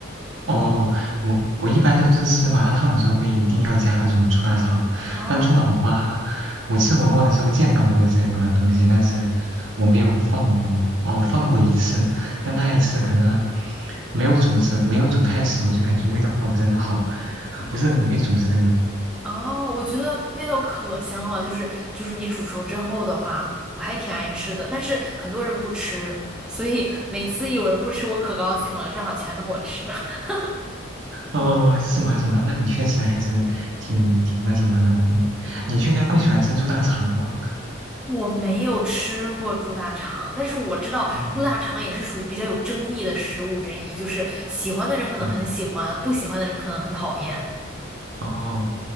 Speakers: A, on the right; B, in the centre.
A: 哦，我我一般都是吃麻辣烫的时候会一定要加那种猪大肠，
B: 哦，
A: 但猪脑花，我吃火锅的时候见到过这个东西，但是我没有放过。哦，放过一次，但那一次可能没有煮熟，没有煮太熟，就感觉味道不是很好，<laughs> 不是很会煮这个。
B: 哦，我觉得味道可香了，就是就是你煮熟之后的话，我还挺爱吃的，但是很多人不吃，所以每次有人不吃，我可高兴了，正好全都我吃。<laughs>
A: 哦，是吗？是吗？那你确实还是挺挺那什么的，嗯，你居然不喜欢吃猪大肠吗？
B: 我没有吃过猪大肠，但是我知道猪大肠也是属于比较有争议的食物之一，
A: 啊、
B: 就是喜欢的人可能很喜欢，
A: 嗯。
B: 不喜欢的人可能很讨厌。
A: 哦，